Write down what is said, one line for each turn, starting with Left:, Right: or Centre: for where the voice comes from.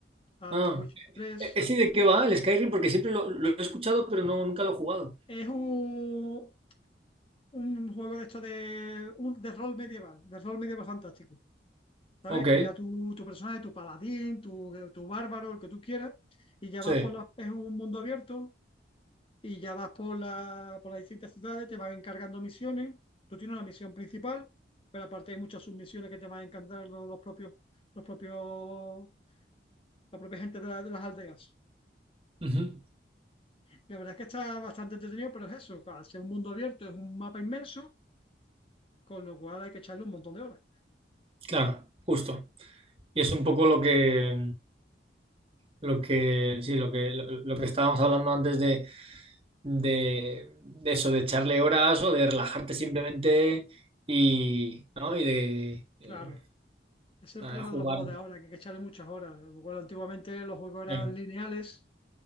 Left: al
Right: Ah,
Left: The Witcher tres
Right: e- ¿ese de qué va el Skyrim? Porque siempre lo, lo he escuchado, pero no, nunca lo he jugado.
Left: Es un, un juego de esto de, un, de rol medieval, de rol medieval fantástico. ¿sabes?
Right: Ok,
Left: Crea tu, tu personaje, tu paladín, tu, tu bárbaro, el que tú quieras, y ya
Right: sí,
Left: vas por las, es un mundo abierto, y ya vas por la, por las distintas ciudades, te van encargando misiones, tú tienes una misión principal, pero aparte hay muchas submisiones que te van encargando los propios, los propios, la propia gente de, la- de las aldeas.
Right: ujú,
Left: La verdad es que está bastante entretenido, pero es eso, al ser un mundo abierto, es un mapa inmenso, con lo cual hay que echarle un montón de horas.
Right: Claro, justo. Y es un poco lo que, lo que, sí, lo que, lo, lo que estábamos hablando antes de, de, de eso, de echarle horas o de relajarte simplemente y, ¿no? Y de
Left: Claro.
Right: eh,
Left: Ese es
Right: a
Left: el problema
Right: jugar.
Left: de los juegos de ahora, que hay que echarle muchas horas. Recuerdo, antiguamente los juegos eran
Right: Bueno,
Left: lineales,